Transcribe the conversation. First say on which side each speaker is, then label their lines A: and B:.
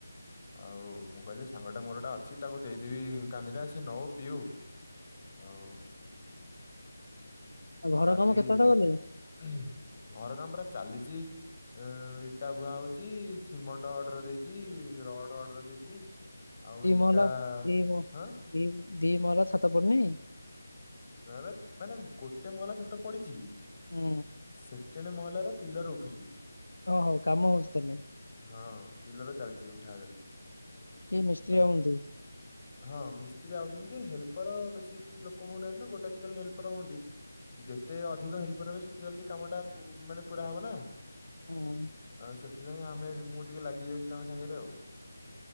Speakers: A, on the left (about 30°); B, on the left (about 70°).
A: ଆଉ ମୁଁ କହିଲି ସାଙ୍ଗଟା ମୋରଟା ଅଛି ତାକୁ ଦେଇଦେବି କାନ୍ଦିଟା ସିଏ ନଉ ପିଉ। ଆଉ
B: ଆଉ ଘର
A: କାଲି
B: କାମ କେତେଟା
A: ହୁଁ
B: କଲେ?
A: ଘର କାମ ପରା ଚାଲିଛି। ଏ ଇଟା ବୁହା ହଉଛି, ସିମେଣ୍ଟ ଅର୍ଡର ଦେଇଛି, ରଡ ଅର୍ଡର ଦେଇଛି। ଆଉ
B: ଦି
A: ଇଟା
B: ମହଲା ଦି ମ
A: ହଁ।
B: ଦି ଦି ମଲା ଛାତ ପଡନି।
A: ଏବେ ମାନେ ଗୋଟେ ମହଲା ଛାତ ପଡ଼ିଛି।
B: ହୁଁ
A: ସେକେଣ୍ଡ ମହଲାରେ ପିଲର ଉଠୁଛି।
B: ଓ ହୋ କାମ ହଉଛି ତାହେଲେ।
A: ହଁ ପିଲର ଚାଲିଛି ଉଠା ଚାଲିଛି।
B: କିଏ ମିସ୍ତ୍ରୀ
A: ହେଲା
B: ହଉନ୍ତି?
A: ହଁ ମିସ୍ତ୍ରୀ ଆଉଛନ୍ତି ଯେ, ହେଲ୍ପର ବେଶି କିଏ ଲୋକ ହଉନାହାନ୍ତି ତ ଗୋଟା ଦିଟା ହେଲ୍ପର ହୁଅନ୍ତି। ଯେତେ ଅଧିକ ହେଲ୍ପର ହେବେ ସେତ ଜଲଦି କାମଟା ପୁ ମାନେ ପୁରା ହବ ନା।
B: ହଁ
A: ଆଉ ସେଥିପାଇଁ ଆମେ ମୁଁ ଟିକେ ଲାଗିଯାଉଛି ତାଙ୍କ ସାଙ୍ଗରେ ଆଉ।